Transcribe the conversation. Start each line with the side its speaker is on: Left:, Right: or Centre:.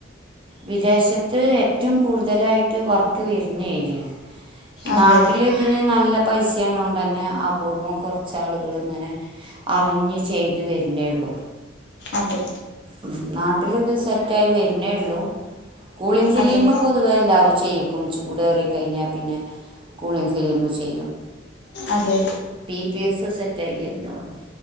Right: വിദേശത്ത് ഏറ്റവും കൂടുതലായിട്ട് വർക്ക് വര്ണ ഏരിയാണ്.
Left: അതെ
Right: നാട്ടില് ഇതിന് നല്ല. പൈസ ആണോണ്ട് തന്നെ അപൂർവം കുറച്ച് ആളുകള് ഇങ്ങനെ. <inaudible> അറിഞ്ഞ് ചെയ്ത് വര്ണേ ള്ളൂ.
Left: അതെ
Right: ഉം. നാട്ടില് ഇത് സെറ്റായി വരുന്നേ ഉള്ളൂ. കൂളിം ഫിലീമ്
Left: അതെ
Right: പൊതുവേ എല്ലാരും ചെയ്യിക്കും. ചൂടേറികഴിഞ്ഞാൽ പിന്നെ. കൂളിം ഫിലിമ് ചെയ്യും.
Left: അതെ
Right: പി പി എഫ് സെറ്റായി വരുന്നുള്ളൂ.